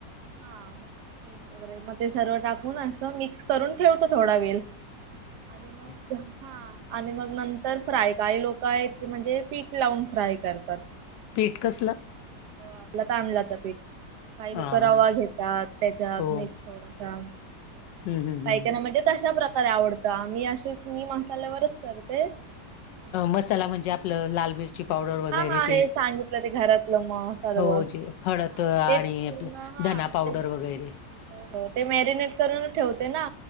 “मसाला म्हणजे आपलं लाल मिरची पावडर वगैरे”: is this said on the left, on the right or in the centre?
Left